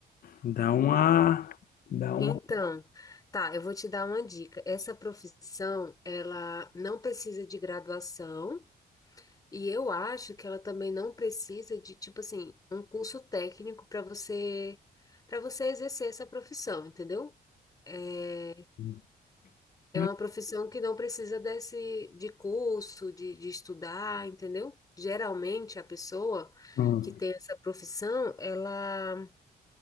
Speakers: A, on the left; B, on the left.
A: Dá uma, dá uma.
B: Então, tá, eu vou te dar uma dica. Essa profissão, ela não precisa de graduação. E eu acho que ela também não precisa de, tipo assim, um curso técnico para você para você exercer essa profissão, entendeu? É,
A: Hum,
B: é
A: hum,
B: uma profissão que não precisa desse de curso, de, de estudar, entendeu? Geralmente a pessoa
A: hum.
B: que tem essa profissão, ela